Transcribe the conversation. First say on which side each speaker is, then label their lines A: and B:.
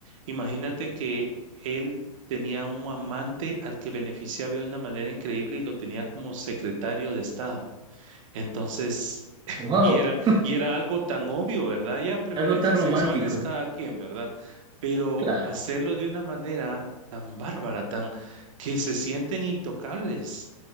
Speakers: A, on the right; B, on the right.
A: imagínate que él tenía un amante al que beneficiaba de una manera increíble y lo tenía como secretario de Estado. Entonces, <laughs>
B: Wow,
A: y era, y era algo tan obvio, ¿verdad? Ya preferencias
B: algo tan romántico.
A: sexuales cada quien, ¿verdad? Pero
B: Claro,
A: hacerlo de una manera tan bárbara, tan que se sienten intocables.